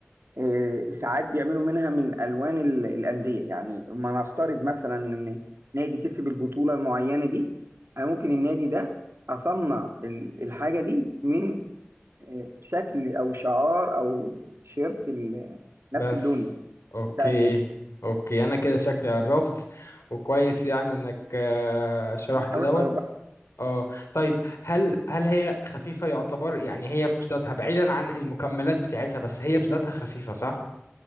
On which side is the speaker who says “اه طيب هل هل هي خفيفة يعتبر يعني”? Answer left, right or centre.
Left